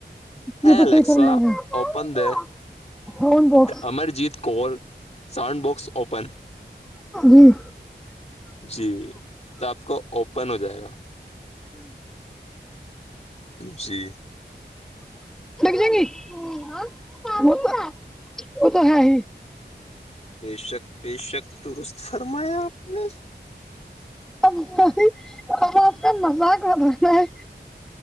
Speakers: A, on the left (about 35°); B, in the centre.
A: ہے
B: بالکل
A: الیکسا
B: صحیح فرما رہے ہیں
A: اوپن دے
B: ساؤنڈ باکس
A: امرجیت کول ساؤنڈ باکس اوپن
B: جی
A: جی تو آپ کو اوپن ہو جائے گا جی
B: نہیں نہیں وہ تو وہ تو ہے ہی
A: بے شک بےشک درست فرمایا آپ نے
B: اب ہم آپ کا مذاق بنانا ہے